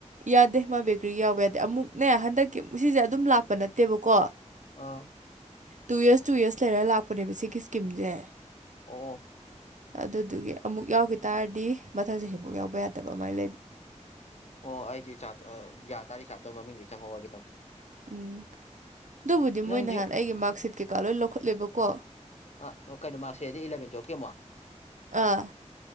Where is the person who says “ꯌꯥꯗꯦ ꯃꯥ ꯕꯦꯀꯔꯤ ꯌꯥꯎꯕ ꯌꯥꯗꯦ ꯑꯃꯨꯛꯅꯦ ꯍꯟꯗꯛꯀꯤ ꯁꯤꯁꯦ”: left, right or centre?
Right